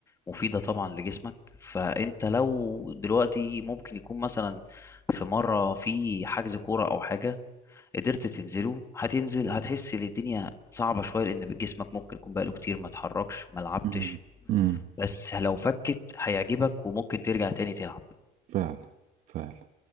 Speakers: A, on the left (about 15°); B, on the right (about 50°).
A: مفيدة طبعا لجسمك فانت لو دلوقتي ممكن يكون مثلا في مرة في حجز كورة او حاجة قدرت تنزله هتنزل هتحس ان الدنيا صعبة شوية لان جسمك ممكن يكون بقاله كتير ما اتحركش ما لعبتش
B: امم امم
A: بس لو فكت هيعجبك وممكن ترجع تاني تلعب
B: فعلا فعلا